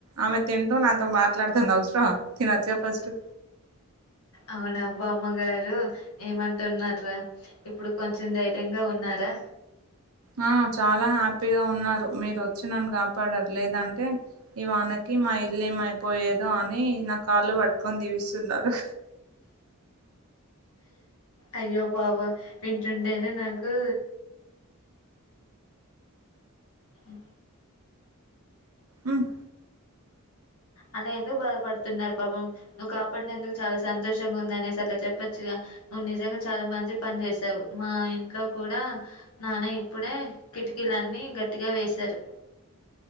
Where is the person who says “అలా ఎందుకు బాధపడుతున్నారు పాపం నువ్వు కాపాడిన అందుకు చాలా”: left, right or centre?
Left